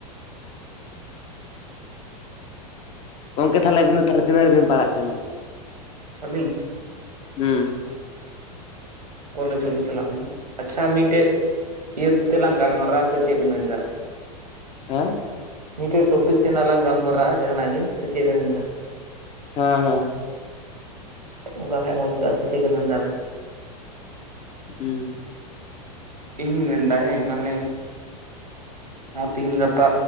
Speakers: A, on the left (about 30°); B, on the right (about 85°).
A: ᱜᱚᱢᱠᱮ ᱛᱟᱦᱚᱞᱮ ᱟᱵᱤᱱ ᱫᱚ ᱛᱤᱱᱟᱹᱜ ᱨᱮᱵᱤᱱ ᱯᱟᱲᱟᱜ ᱠᱟᱱᱟ?
B: ᱟᱸᱞᱤᱧ
A: ᱦᱩᱸ ᱾
B: ᱠᱚᱞᱮᱡᱚᱜ ᱞᱤᱧ ᱪᱟᱞᱟᱜ ᱠᱟᱱᱟ ᱾ ᱟᱪᱪᱷᱟ ᱢᱤᱫᱴᱮᱡ ᱤᱭᱟᱹ ᱛᱮ ᱛᱮᱞᱟᱝ ᱜᱟᱞᱢᱟᱨᱟᱣᱟ ᱥᱮ ᱪᱮᱫ ᱵᱮᱱ ᱢᱮᱱ ᱮᱫᱟ ᱾
A: ᱦᱮᱸ ᱾
B: ᱢᱤᱫᱴᱮᱡ ᱴᱚᱯᱤᱠ ᱛᱮᱱᱟᱜ ᱞᱟᱝ ᱜᱟᱞᱢᱟᱨᱟᱜᱼᱟ ᱡᱟᱦᱟᱱᱟᱜ ᱜᱮ ᱥᱮ ᱪᱮᱫ ᱵᱮᱱ ᱢᱮᱱ ᱫᱟ ᱾
A: ᱦᱳᱭ ᱦᱳᱭ ᱾
B: ᱚᱱᱠᱟ ᱠᱷᱟᱡ ᱢᱚᱡᱽ ᱠᱚᱜᱼᱟ ᱥᱮ ᱪᱮᱫ ᱵᱮᱱ ᱢᱮᱱᱫᱟ ᱟᱵᱮᱱ
A: ᱦᱩᱸ ᱾
B: ᱤᱧᱤᱧ ᱢᱮᱱ ᱫᱟ ᱦᱮᱸ ᱢᱟᱱᱮ ᱦᱚᱸ ᱛᱤᱦᱤᱧ ᱜᱟᱯᱟ